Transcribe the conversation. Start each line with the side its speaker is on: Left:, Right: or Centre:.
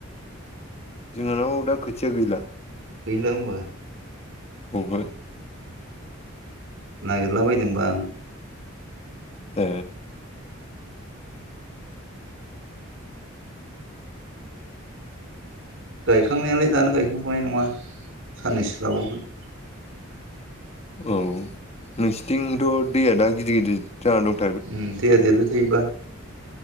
Left: जोंहानाव दा खोथिया गैला।
Right: गैला होमबा?
Left: औ हो
Right: नागिरला बायदोंबा आं
Left: ओ
Right: गायखांनायालाय दानो गायखांथ'नाय नङा साननैसो लाबावगोन।
Left: औ नोंसिथिंथ दैया दा गिदिर गिदिर जा दं
Right: उम दैया देरबाय थायोबा।